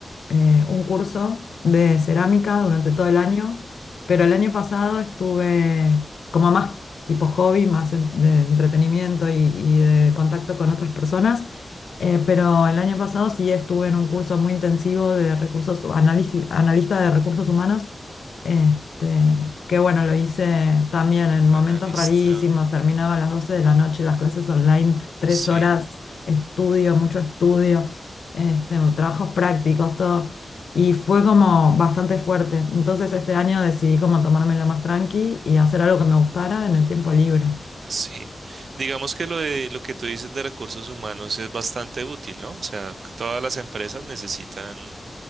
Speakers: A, on the left; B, on the right.
A: eh, un curso de cerámica durante todo el año, pero el año pasado estuve como más tipo hobby, más en- de entretenimiento y, y de contacto con otras personas, eh, pero el año pasado sí estuve en un curso muy intensivo de recursos, análisis, analista de recursos humanos este, que bueno, lo hice también en momentos
B: Analista,
A: rarísimos, terminaba a las 12 de la noche las clases online, tres
B: sí,
A: horas, estudio, mucho estudio, este, trabajos prácticos, todo. Y fue como bastante fuerte. Entonces este año decidí como tomármelo más tranqui y hacer algo que me gustara en el tiempo libre.
B: sí. Digamos que lo de lo que tú dices de recursos humanos es bastante útil, ¿no? O sea, todas las empresas necesitan